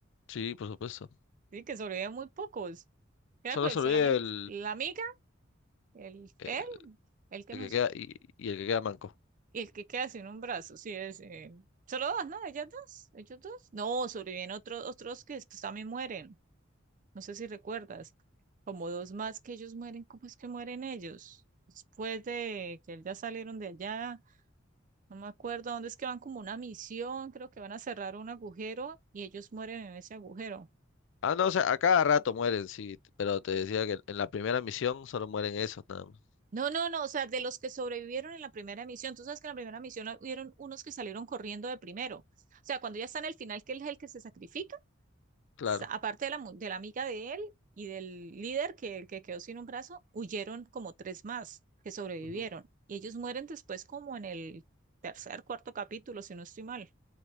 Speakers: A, on the left (about 65°); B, on the right (about 40°).
A: sí, por supuesto.
B: Sí, que sobrevivían muy pocos. Era
A: Solo
B: con
A: se
B: solamente
A: olvida el,
B: la amiga, el,
A: el,
B: él, el que
A: el
B: no
A: que
B: es,
A: queda y, y el que queda manco.
B: y el que queda sin un brazo, sí, es, eh, solo dos, ¿no? Ellas dos, ellos dos. No, sobreviven otros, otros que después también mueren. No sé si recuerdas, como dos más que ellos mueren, ¿cómo es que mueren ellos? Después de que ya salieron de allá, no me acuerdo dónde es que van como una misión, creo que van a cerrar un agujero y ellos mueren en ese agujero.
A: Ah, no, o sea, a cada rato mueren, sí, t- pero te decía que en la primera misión solo mueren esos, nada más.
B: No, no, no, o sea, de los que sobrevivieron en la primera misión, tú sabes que en la primera misión hubieron unos que salieron corriendo de primero. O sea, cuando ya está en el final, que él es el que se sacrifica.
A: Claro,
B: sa- aparte de la, mu- de la amiga de él y del líder que, que quedó sin un brazo, huyeron como tres más que sobrevivieron.
A: ujú,
B: Y ellos mueren después como en el tercer, cuarto capítulo, si no estoy mal.